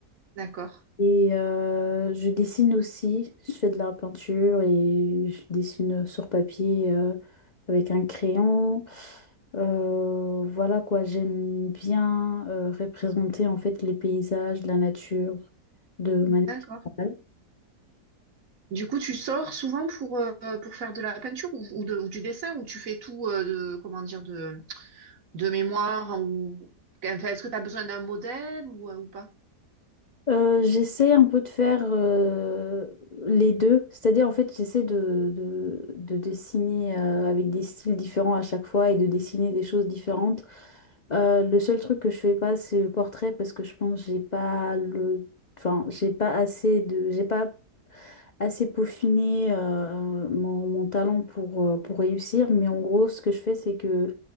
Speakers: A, on the right (about 55°); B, on the left (about 55°).
A: D'accord.
B: Et euh, je dessine aussi, je fais de la peinture et je dessine sur papier euh, avec un crayon. Euh, voilà quoi, j'aime bien euh, représenter en fait les paysages, la nature de manière
A: D'accord.
B: générale.
A: Du coup, tu sors souvent pour, euh, pour faire de la peinture ou, ou de- ou du dessin ou tu fais tout euh, de, comment dire, de, de mémoire ou enfin, est-ce que tu as besoin d'un modèle ou, euh, ou pas?
B: Euh, j'essaie un peu de faire euh, les deux, c'est-à-dire en fait j'essaie de, de, de dessiner euh, avec des styles différents à chaque fois et de dessiner des choses différentes. Euh, le seul truc que je fais pas c'est le portrait parce que je pense que j'ai pas le, enfin j'ai pas assez de, j'ai pas assez peaufiné euh, mon, mon talent pour euh, pour réussir. Mais en gros ce que je fais c'est que